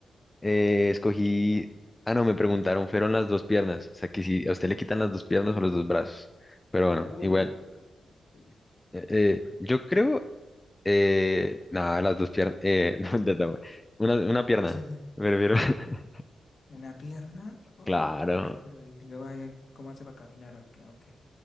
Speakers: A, on the left; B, on the left.
A: Eh, escogí, ah, no, me preguntaron, fueron las dos piernas, o sea, que si a usted le quitan las dos piernas o los dos brazos, pero bueno,
B: Uy,
A: igual,
B: no, pero es que una pelle.
A: eh, eh, yo creo, eh, nada, las dos piernas, eh, <laughs> no, ya está, bueno. una, una pierna,
B: <laughs>
A: me refiero, <laughs>
B: ¿Una pierna? Uy,
A: claro,
B: marica, pero y luego ahí, ¿cómo hace para caminar? Ok, ok.